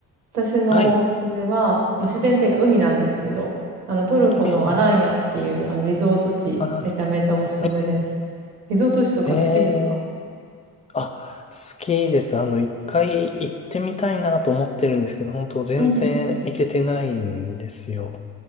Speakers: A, on the right (about 90°); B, on the left (about 15°).
A: 私のおすすめは、
B: はい、
A: まあ、自然っていうか海なんですけど、あの、トルコのアランヤっていう、
B: ええ
A: あの、リゾート地、
B: あらんや。
A: めちゃめちゃおすすめです。
B: え
A: リゾート地とか好きですか
B: えええあ、好きです。あの、一回行ってみたいなと思ってるんですけど、本当全然行けてないんですよ。
A: うんうん